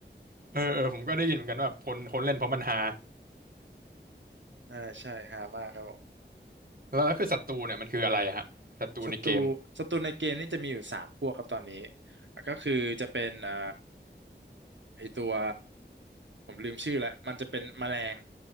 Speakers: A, on the right; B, on the right.
A: เออเออผมก็ได้ยินเหมือนกันว่าคนคนเล่นเพราะมันฮา
B: อ่าใช่ฮามากครับผม
A: แล้วแล้วคือศัตรูเนี่ยมันคืออะไรฮะศัตรูในเกม
B: ศัตรูศัตรูในเกมนี่จะมีอยู่สามพวกครับตอนนี้อ่ะก็คือจะเป็นเอ่อไอตัวผมลืมชื่อแล้วมันจะเป็นแมลง